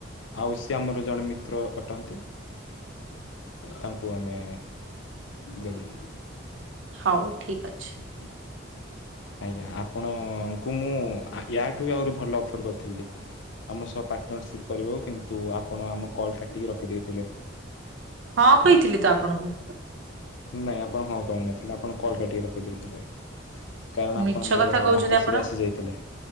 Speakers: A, on the left; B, on the right.
A: ଆଉ ସିଏ ଆମର ଜଣେ ମିତ୍ର ଅଟନ୍ତି। ତାଙ୍କୁ ଆମେ ଦେଲୁ।
B: ହଉ ଠିକ ଅଛି।
A: ହୁଁ। ଆଜ୍ଞା। ଆପଣଙ୍କୁ ମୁଁ ୟାଠୁ ବି ଆହୁରି ଭଲ ଅଫର୍ କରିଥିଲି। ଆମ ସହ ପାର୍ଟନରସିପ୍ କରିବ କିନ୍ତୁ ଆପଣ ଆମ କଲ୍ କାଟିକି ରଖିଦେଇଥିଲେ।
B: ହଁ କହିଥିଲି ତ ଆପଣଙ୍କୁ।
A: ନାହିଁ ଆପଣ ହଁ କହିନଥିଲେ, ଆପଣ କଲ୍ କାଟିକି ରଖିଦେଇଥିଲେ। କାରଣ
B: ମିଛ
A: ଆପଣଙ୍କର
B: କଥା କହୁଛନ୍ତି
A: ମାତାଶ୍ରୀ
B: ଆପଣ।
A: ଆସି ଯାଇଥିଲେ।